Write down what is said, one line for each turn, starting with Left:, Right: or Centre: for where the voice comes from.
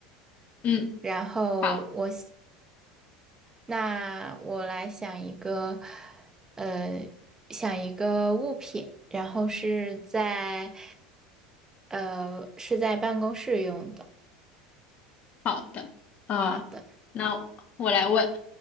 Left: 嗯，
Right: 然后我
Left: 好，
Right: 那我来想一个，呃，想一个物品，然后是在，呃，是在办公室用的。
Left: 好的，啊、
Right: 好的，
Left: 那我来问，